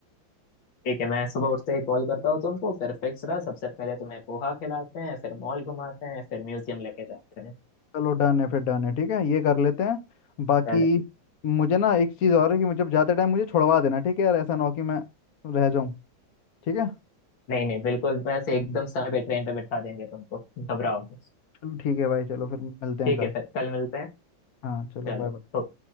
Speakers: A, on the left (about 75°); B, on the left (about 55°).
A: ठीक है मैं सुबह उठते ही कॉल करता हूँ तुमको फिर फिक्स रहा सबसे पहले तुम्हें पोहा खिलाते हैं फिर मॉल घुमाते हैं फिर म्यूजियम लेके जाते हैं
B: चलो डन है फिर डन है ठीक है ये कर लेते हैं बाकी
A: चलो
B: मुझे ना एक चीज़ और है कि मुझे जाते टाइम मुझे छुड़वा देना ठीक है यार ऐसा ना हो कि मैं रह जाऊं ठीक है
A: नहीं नहीं बिल्कुल वैसे एकदम समय पे ट्रेन पे बिठा देंगे तुमको घबराओ मत।
B: चलो ठीक है भाई चलो फिर मिलते हैं
A: ठीक
B: कल
A: है फिर कल मिलते हैं
B: हाँ चलो
A: चलो
B: बाय बाय
A: तो